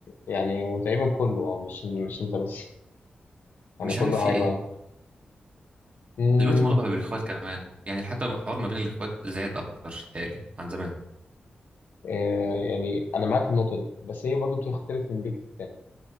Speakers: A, on the left (about 85°); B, on the right (about 40°).
A: يعني وتقريبا كله اه مش مش انت بس يعني
B: مش
A: كله
B: عارف في
A: هيبقى
B: ايه
A: امم
B: دلوقتي الموضوع بقى بالاخوات كمان يعني حتى الحوار ما بين الاخوات زاد اكتر تهيألي عن زمان
A: آه يعني انا معاك في النقطه دي بس هي برضو بتختلف من بيت للتاني